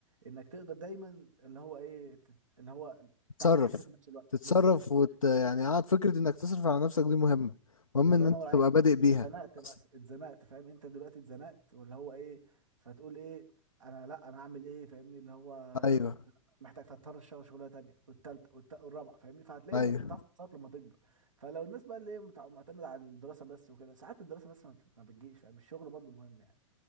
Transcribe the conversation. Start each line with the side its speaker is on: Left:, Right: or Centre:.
Right: انك تقدر دايما اللي هو ايه ت- اللي هو
Left: تتصرف
Right: تعمل حاجتين في نفس الوقت
Left: تتصرف
Right: بالظبط
Left: وت... يعني اه فكره انك تصرف على نفسك دي مهمه مهم
Right: الله
Left: ان انت
Right: ينور
Left: تبقى
Right: عليك
Left: بادئ بيها
Right: اتزنقت بس
Left: اصلا
Right: اتزنقت فاهم انت دلوقتي اتزنقت واللي هو ايه فتقول ايه انا لا انا اعمل ايه فاهمني اللي هو
Left: ايوه
Right: محتاج فاضطر اشتغل شغلانه تانيه والتالتة والت- والرابعه فاهمني فهتلاقي
Left: ايوه
Right: انك بتعرف تتصرف لما تكبر فلو الناس بقى اللي هي متع- معتمده على الدراسه بس وكده ساعات الدراسه بس ما بت- ما بتجيش فاهم الشغل برضه مهم يعني